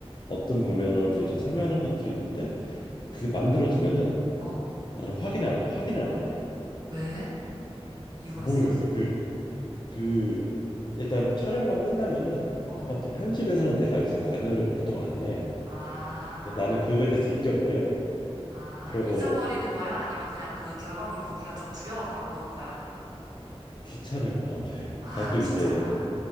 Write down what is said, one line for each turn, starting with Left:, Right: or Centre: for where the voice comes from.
Left: 어떤 방면으로든 이제 참여하는 것들이 있는데 그게 만들어지면은
Right: 어,
Left: 나는 확인 확인을 안 해.
Right: 왜? 이유가
Left: 모르겠어.
Right: 있어?
Left: 그 그 일단 촬영만 끝나면은
Right: 어,
Left: 그다음부터 편집에서는 내가 이제 관여를 보통 안 해.
Right: 아,
Left: 그래서 나는 그거에 대해서 잊어버려.
Right: 아,
Left: 그러고
Right: 잊어버리는 거야? 아니면 그냥 그 결과물 보기가 좀 두려워서 안 보는 거야?
Left: 귀찮은 것 같아.
Right: 아,
Left: 가끔
Right: 귀찮아.
Left: 이제